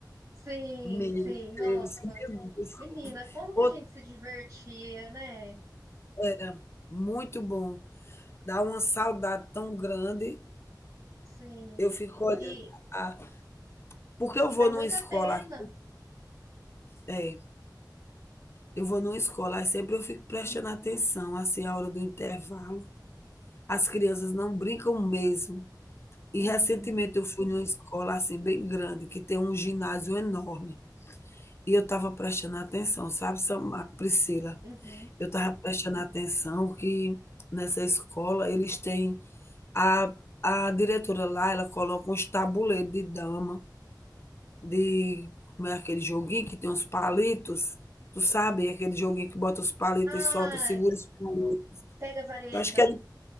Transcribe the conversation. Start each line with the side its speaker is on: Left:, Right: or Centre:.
Right: sim,
Left: Meu
Right: sim, nossa.
Left: Deus, meu Deus.
Right: Menina, como que
Left: Outra
Right: a gente se divertia, né?
Left: era muito bom. Dá uma saudade tão grande.
Right: Sim.
Left: Eu fico olhando.
Right: E,
Left: a- porque eu
Right: e
Left: vou
Right: dá
Left: numa
Right: muita
Left: escola,
Right: pena.
Left: é, eu vou numa escola, aí sempre eu fico prestando atenção, assim, a hora do intervalo. As crianças não brincam mesmo. E
Right: Uhum,
Left: recentemente eu fui numa escola, assim, bem grande, que tem um ginásio enorme, e eu estava prestando atenção, sabe, Samar Priscila,
Right: uhum.
Left: eu estava prestando atenção que nessa escola eles têm a a diretora lá, ela coloca uns tabuleiro de dama, de como é aquele joguinho que tem uns palitos, tu sabe, aquele joguinho que bota os palitos
Right: Ah,
Left: e solta, segura os palitos,
Right: pega vareta.
Left: eu acho que é de